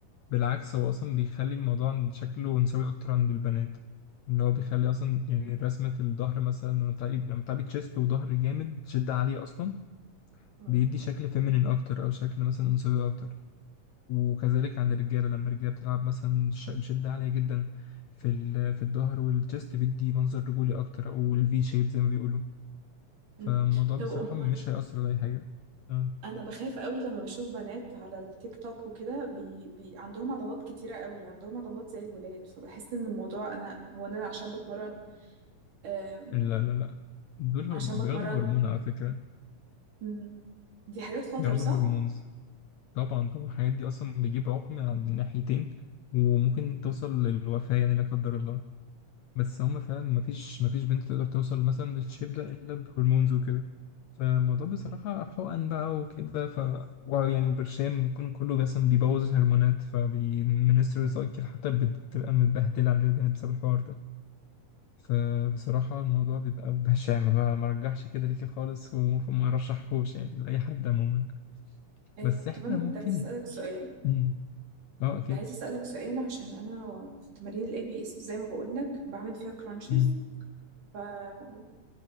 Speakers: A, on the left (about 75°); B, on the right (about 65°).
A: بالعكس هو أصلا بيخلي الموضوع عند شكله أنثوي أكتر عند البنات إن هو بيخلي أصلا يعني رسمة الظهر مثلا لما تعبي لما تعبي تشيست وظهر جامد شدة عالية أصلا
B: مم.
A: بيدي شكل فيمينين أكتر أو شكل مثلا أنثوي أكتر وكذلك عند الرجالة لما الرجالة بتلعب مثلا ش- بشدة عالية جدا في ال- في الظهر والجست بيدي منظر رجولي أكتر أو الفي شيب زي ما بيقولوا
B: مم.
A: فالموضوع
B: طب
A: بصراحة
B: أمال
A: مش هيأثر على أي حاجة آه.
B: أنا بخاف قوي لما بشوف بنات على التيك توك وكده بي... بي... عندهم عضلات كتيرة قوي عندهم عضلات زي الولاد فبحس إن الموضوع أنا هو أنا عشان بتمرن آم،
A: لا لا لا دول
B: عشان
A: هرم...
B: بتمرن
A: بياخدوا هرمون على فكرة
B: مم، دي حاجات خطر
A: بياخدوا
B: صح؟
A: هرمونز طبعا طبعا الحاجات دي أصلا بتجيب عقم عند الناحيتين وممكن توصل للوفاة يعني لا قدر الله بس هم فعلا مفيش مفيش بنت تقدر توصل مثلا للشيب ده إلا بهرمونز وكده فالموضوع بصراحة حقن بقى وكده ف و- يعني وبرشام بيكون كله مثلا بيبوظ الهرمونات فبيمنسترال سايكل حتى بتبقى متبهدلة عند البنات بسبب الحوار ده فبصراحة الموضوع بيبقى بشع بقى ما رجحش كده ليكي خالص و- وما رشحهوش يعني لأي حد عموما
B: إيه،
A: بس احنا
B: طب انا كنت
A: ممكن
B: عايز اسالك سؤال
A: مم. اه اكيد
B: كنت عايز اسالك سؤال عشان انا في تمارين الاي بي اس زي ما بقول لك بعمل فيها كرانشز
A: مم.
B: فانت